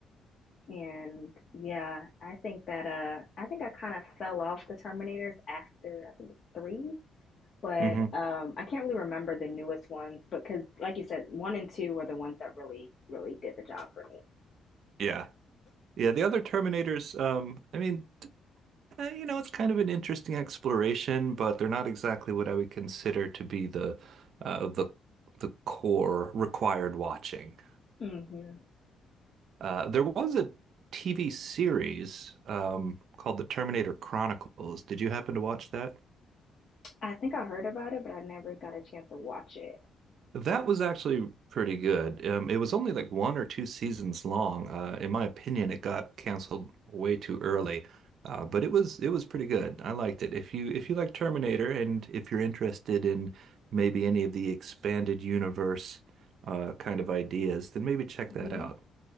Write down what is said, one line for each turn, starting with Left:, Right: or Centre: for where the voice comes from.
Left: And yeah, I think that uh I think I kind of fell off the Terminators after I think it's three, but
Right: hmm
Left: um I can't really remember the newest ones but because like you said, one and two were the ones that really, really did the job for
Right: Yeah. Yeah. The other Terminators, um, I mean, uh, you know, it's kind of an interesting exploration, but they're not exactly what I would consider to be the uh, the the core required watching.
Left: me. hmm
Right: Uh, there was a TV series um, called The Terminator Chronicles. Did you happen to watch that?
Left: I think I heard about it, but I never got a chance to watch it.
Right: That was actually pretty good. Um, it was only like one or two seasons long. Uh, in my opinion, it got canceled way too early, uh, but it was it was pretty good. I liked it. If you if you like Terminator and if you're interested in maybe any of the expanded universe uh, kind of ideas, then maybe check that
Left: hmm
Right: out.